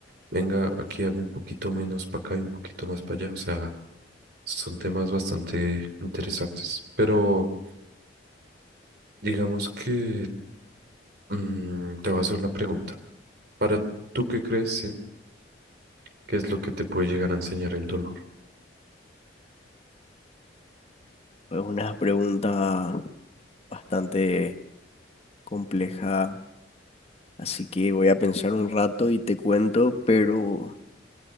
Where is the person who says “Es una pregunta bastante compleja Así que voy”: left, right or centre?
Left